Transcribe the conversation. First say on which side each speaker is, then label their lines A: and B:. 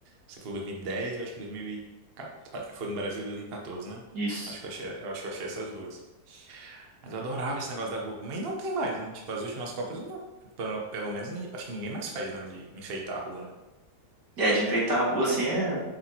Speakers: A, on the right; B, on the right.
A: Você falou 2010, eu acho que 2014. Foi no Brasil 2014, né?
B: Isso.
A: Acho que eu achei, eu acho que eu achei essas duas. Mas eu adorava esse negócio da rua. pô. Mas não tem mais. né? Tipo, as últimas Copas, eu não- pelo, pelo menos, ni- acho que ninguém mais faz, não, de enfeitar a rua, não.
B: E é, de enfeitar a rua assim é.